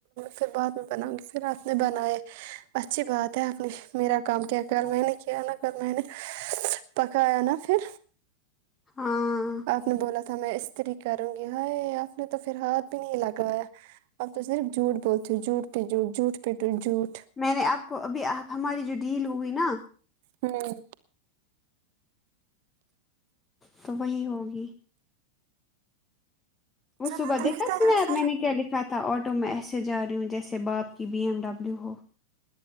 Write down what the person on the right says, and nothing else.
پھر بعد میں بناؤ گی پھر آپ نے بنائے اچھی بات ہے آپ نے میرا کام کیا کل میں نے کیا نا کل میں نے پکایا نا پھر
آپ نے بولا تھا میں استری کروں گی ہائے آپ نے تو پھر ہاتھ بھی نہیں لگایا اب تو صرف جھوٹ بولتے ہو جھوٹ پہ جھوٹ جھوٹ پہ تیز جھوٹ
ہوں
چلو
دیکھتے
ہیں پھر